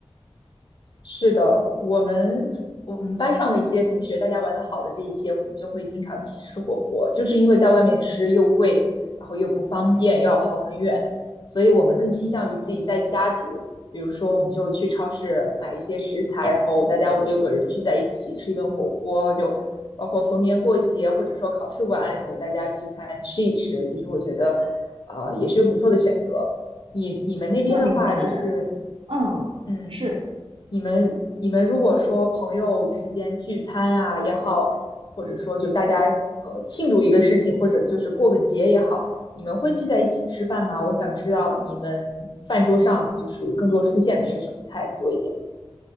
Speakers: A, on the left (about 50°); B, on the right (about 65°).
A: 是的，我们我们班上的一些同学，大家玩的好的这一些，我们就会经常去吃火锅，就是因为在外面吃又贵，然后又不方便，又要跑很远，所以我们更倾向于自己在家煮。比如说，我们就去超市买一些食材，然后大家五六个人聚在一起吃一顿火锅，就包括逢年过节或者说考试完，就大家聚餐吃一吃。其实我觉得，呃，也是不错的选择。你你们那边的话，
B: 那你们
A: 就是，
B: 嗯是。
A: 嗯。你们你们如果说朋友之间聚餐啊也好，或者说就大家呃庆祝一个事情，或者就是过个节也好，你们会聚在一起吃饭吗？我想知道你们饭桌上就是更多出现的是什么菜多一点呢？